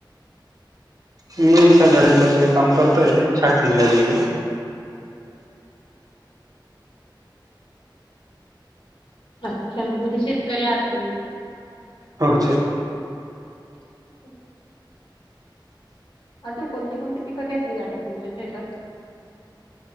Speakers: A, on the right; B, on the left.
A: मी सध्या रांगेमध्ये काम करतोय छाटणी निघाली आहे.
B: अच्छा, म्हणजे शेतकरी आहात तुम्ही?
A: <inaudible> हो शेत
B: <inaudible> अजून कोणती-कोणती पिकं घेतली जातात तुमच्या शेतात?